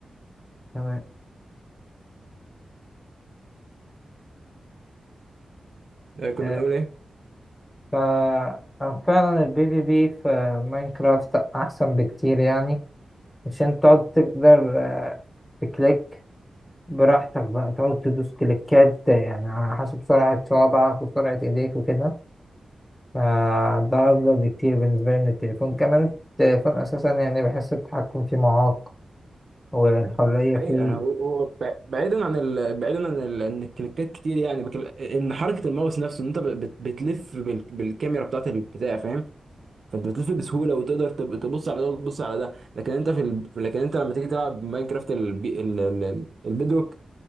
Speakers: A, on the left; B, on the right.
A: تمام
B: آه، كنا
A: آه،
B: بنقول ايه؟
A: ف آه، فعلا البي في بي في ماينكرافت احسن بكتير يعني عشان تقعد تقدر آه، تكليك براحتك بقى تقعد تدوس كليكات يعني على حسب سرعة صوابعك وسرعة ايديك وكده فده أفضل بكتير بالنسبة لي من التليفون كمان التليفون أساسا يعني بحس التحكم فيه معاق والحرية
B: حقيقة
A: فيه
B: هو هو ب- بعيدا عن ال... بعيدا عن ال... ان الكليكات كتير يعني بكل... ان حركة الماوس نفسه ان انت بت... بتلف بال... بالكاميرا بتاعت البتاع فاهم فانت بتلف بسهولة وتقدر تب... تبص على ده وتبص على ده لكن انت في ال... لكن انت لما تيجي تلعب ماينكرافت الب... ال... ال... ال... البيدروك،